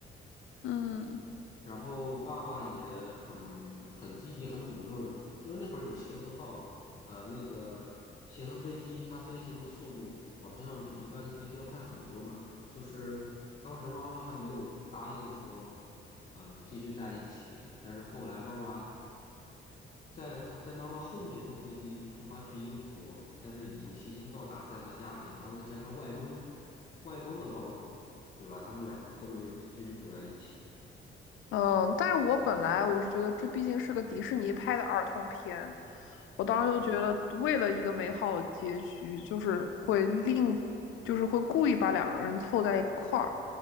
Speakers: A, on the left (about 80°); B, on the left (about 35°).
A: 嗯
B: 然后爸爸也很很积极、很主动，因为那会儿有协和号，呃，那个协和飞机它飞行的速度好像比一般的飞机要快很多嘛，就是当时妈妈还没有答应说，嗯、继续在一起，但是后来爸爸。在他在妈妈后面坐飞机出发去英国，但是已经提前到达，在他家里，然后再加上外公外公的帮助，对吧？他们两个后面又继续走在一起。
A: 嗯，但是我本来我是觉得这毕竟是个迪士尼拍的儿童片，我当时就觉得为了一个美好的结局，就是会另，就是会故意把两个人凑在一块儿，